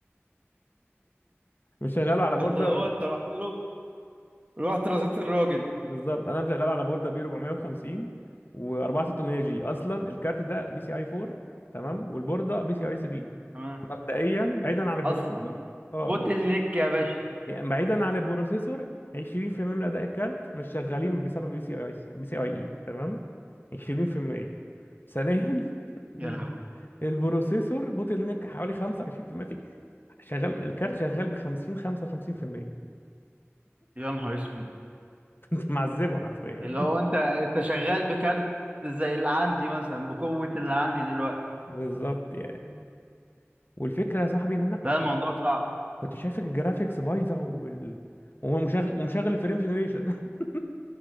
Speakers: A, on the left; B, on the right.
A: مش شغاله على بوردر
B: <laughs> هو انت رحت له رحت رزيت الراجل
A: بالظبط انا مشغله على بوردر بي 450 و4600 جي اصلا الكارت ده بي سي اي 4 تمام والبورده بي سي اي 3
B: تمام
A: مبدئيا بعيدا عن البروسيسور
B: اصلا
A: اه
B: بوتل نيك يا باشا
A: يعني بعيدا عن البروسيسور 20% من اداء الكارت مش شغالين بسبب بي سي اي بي سي اي اي تمام 20% ثانيا ال-
B: يا لهوي
A: البروسيسور بوتل نيك حوالي 25% في المية، في شغال الكارت شغال ب 50 55%
B: يا نهار اسود
A: <laughs> معذبه حرفيا
B: اللي هو انت انت شغال بكارت زي اللي عندي مثلا بقوة اللي عندي دلوقتي
A: بالظبط يعني والفكره يا صاحبي ان انا
B: لا الموضوع صعب
A: كنت شايف الجرافيكس بايظه وال وهو مشغل ومشغل الفريم جنريشن <laughs>